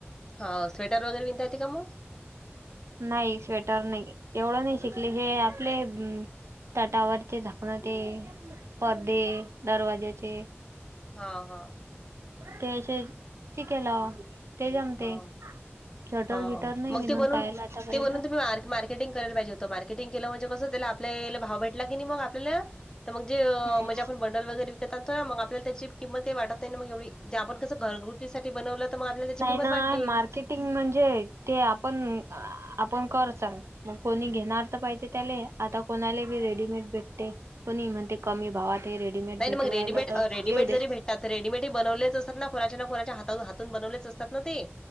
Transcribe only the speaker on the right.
नाही स्वेटर नाही एवढं नाही शिकले हे आपले- तटावरचे झाकण ते परदे दरवाज्याचे.
के- से- ठीक आहे लावा ते जमते
चटर
गिटार नाही
विनून
पायला आतापर्यंत.
हम्म.
नाही
मार्केटिंग म्हणजे ते आपण आपण कर चान. मग कोणी घेणार तर पाहिजे त्याले आता कोणाला बी रेडीमेड भेटते. कोणी म्हणते कमी भावात हे रेडीमेड
भेटू
राहिला तर
घेऊ
दे.